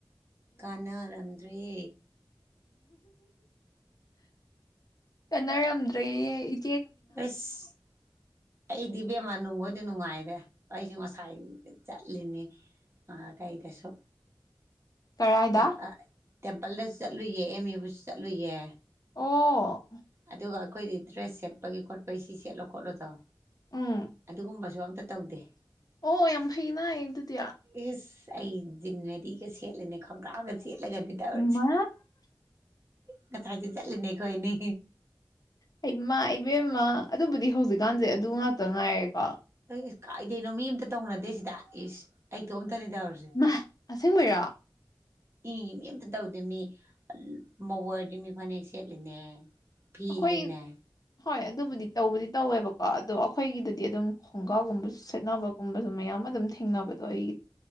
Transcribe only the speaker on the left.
ꯀꯥꯟꯅꯔꯝꯗ꯭ꯔꯦ ꯍꯥꯏ
ꯀꯔꯥꯏꯗ
ꯑꯣ
ꯎꯝ
ꯑꯣ ꯌꯥꯝ ꯐꯩꯅ ꯑꯗꯨꯗꯤ
ꯃꯥ
ꯍꯩꯃꯥ ꯏꯕꯦꯝꯃ ꯑꯗꯨꯕꯨꯗꯤ ꯍꯧꯖꯤꯛꯀꯥꯟꯁꯦ ꯑꯗꯨ ꯉꯥꯛꯇ ꯉꯥꯏꯔꯦꯀꯣ
ꯃꯥ ꯑꯁꯦꯡꯕꯩꯔꯣ
ꯑꯩꯈꯣꯏ
ꯍꯣꯏ ꯑꯗꯨꯕꯨꯗꯤ ꯇꯧꯕꯨꯗꯤ ꯇꯧꯋꯦꯕꯀꯣ ꯑꯗꯣ ꯑꯩꯈꯣꯏꯒꯤꯗꯗꯤ ꯑꯗꯨꯝ ꯈꯣꯡꯒꯥꯎꯒꯨꯝꯕ ꯁꯦꯠꯅꯕ ꯀꯨꯝꯕꯖꯨ ꯃꯌꯥꯝ ꯑꯗꯨꯝ ꯊꯦꯡꯅꯕꯗꯣ ꯑꯩ